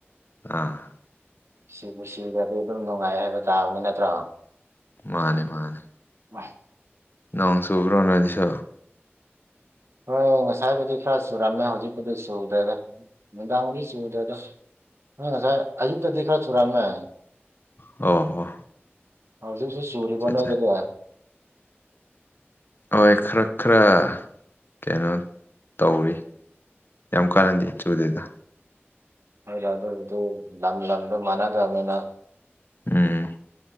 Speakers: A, on the left (about 50°); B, on the right (about 75°).
A: ꯑꯥ
B: ꯁꯤꯕꯨ ꯁꯤꯗꯔꯗꯤ ꯑꯗꯨꯝ ꯅꯨꯡꯉꯥꯏ ꯍꯥꯏꯕ ꯇꯥꯕꯅꯤ ꯅꯠꯇ꯭ꯔꯣ
A: ꯃꯥꯅꯦ ꯃꯥꯅꯦ
B: ꯋꯥꯏ
A: ꯅꯣꯡꯆꯨꯕ꯭ꯔꯣ ꯅꯣꯏꯗꯁꯨ
B: ꯍꯣꯏ ꯉꯁꯥꯏꯕꯨꯗꯤ ꯈꯔ ꯆꯨꯔꯝꯃꯦ ꯍꯧꯖꯤꯛꯄꯨꯗꯤ ꯆꯨꯗꯦꯗ ꯅꯨꯡꯗꯥꯡꯕꯨꯗꯤ ꯆꯨꯗꯦꯗ ꯅꯣꯏ <unintelligible> ꯉꯁꯥꯏ ꯌꯨꯛꯇꯗꯤ ꯈꯔ ꯆꯨꯔꯝꯃꯦ
A: ꯑꯣ ꯑꯣ
B: ꯍꯧꯖꯤꯛꯁꯨ ꯆꯨꯔꯤꯕꯣ
A: ꯆꯠꯆꯥ
B: ꯅꯣꯏꯗꯗꯤ
A: ꯍꯣꯏ ꯈꯔ ꯈꯔ ꯀꯩꯅꯣ ꯇꯧꯔꯤ ꯌꯥꯝ ꯀꯥꯟꯅꯗꯤ ꯆꯨꯗꯦꯗ
B: ꯍꯣꯏꯗ ꯑꯗꯨꯕꯗꯨ ꯂꯝ ꯂꯝꯗꯣ ꯃꯥꯟꯅꯗꯕꯅ
A: ꯎꯝ